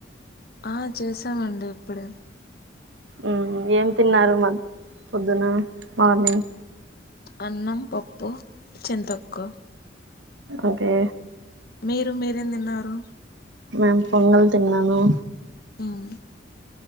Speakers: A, on the left; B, on the right.
A: ఆ చేసామండి ఇప్పుడే
B: ఉమ్ ఏం తిన్నారు మ పొద్దున మార్నింగ్
A: అన్నం పప్పు చింతొక్కు
B: ఓకే
A: మీరు మీరేం తిన్నారు
B: మేమ్ పొంగల్ తిన్నాను
A: ఉమ్